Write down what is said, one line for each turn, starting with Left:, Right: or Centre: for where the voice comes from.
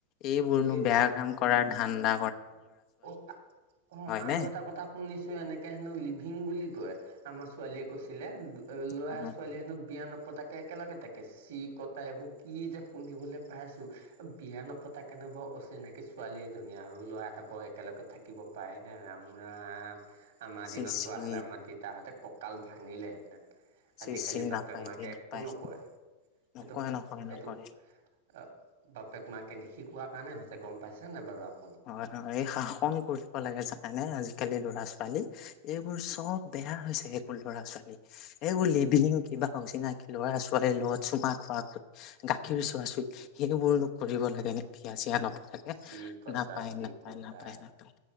Left: এইবোৰনো
Right: ধেত
Left: বেয়া কাম কৰা ধাণ্ডা
Right: অহ - আ-অহ আৰু
Left: নে
Right: এটা কথা শুনিছো এনেকে হেনো ল ভীং বুলি কয় আমাৰ ছোৱালীয়ে কৈছিলে ল'ৰা
Left: অ'
Right: ছোৱালীয়ে হেনো বিয়া নপতাকে তাকে একেলগে তাকে চি কটা এইবোৰ কি যে শুনিবলৈ পাই আছো বিয়া নপতাকে‌ নো বাও অচিনাকি ছোৱালীয়ে এজনী আৰু ল'ৰা এটা বৰ একেলগে থাকিব পাৰে নে ৰাম ৰাম আমাৰ
Left: চি
Right: দিনত
Left: চি
Right: হোৱা হলে আমাৰ দেতাহঁতে কাল ভাঙিলেহেঁন আজিকালি
Left: চি চি
Right: বাপেক
Left: নাপায়
Right: মাকে
Left: দেই
Right: একো
Left: নাপায়
Right: নকয়
Left: নকয়
Right: এইটো
Left: নকয় নকয়
Right: এইটো অ বাপেক মাকে নিশিকোৱা কাৰণে হৈছে গম পাইছে নে বাৰু আপ
Left: হয় এই শাসন কৰিব লাগে জানা নে আজিকালি ল'ৰা ছোৱালী এইবোৰ চব বেয়া হৈছে সেইবোৰ ল'ৰা ছোৱালী এ উই লিভিহিং কিবা অচিনাকি লৰা ছোৱালীৰ লগত চুমা খোৱা খৈ গাখীৰ চোৱা চুই সেই বোৰো কৰিব লাগে নে বিয়া চিয়া নপতাকে
Right: চি কটা
Left: নাপ নাপায়
Right: চি
Left: নাপায়
Right: কটা।
Left: নাপায় নাপায়